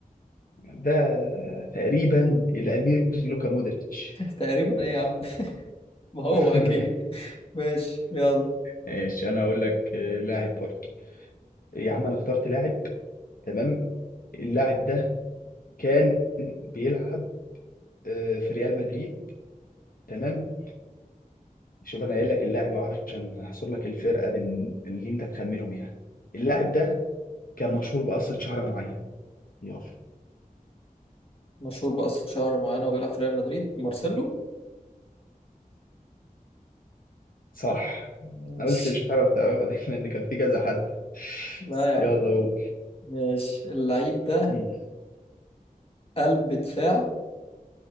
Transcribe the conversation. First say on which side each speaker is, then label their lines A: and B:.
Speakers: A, on the left (about 75°); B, on the left (about 40°).
A: ده تقريبا الامير لوكا مودريتش
B: تقريبا ايه يا عم <laughs> ما هو
A: <laughs>
B: اكيد ماشي يلا
A: ماشي انا اقول لك إيه، لاعب برضه يا عم انا اخترت لاعب تمام اللاعب ده كان بيلعب آه، في ريال مدريد تمام شوف انا قايل لك اللاعب أهو عشان احصر لك الفرقه بين اللي انت تخمنهم يعني اللاعب ده كان مشهور بقصه شعر معين يلا
B: مشهور بقصة شعر معينة وبيلعب في ريال مدريد مارسيلو
A: صح
B: ماشي
A: انا قلت مش هتعرف تعرفها دي <laughs> لان كان في كذا حد
B: لا يا عم
A: يلا هو
B: ماشي اللعيب ده
A: مم.
B: قلب دفاع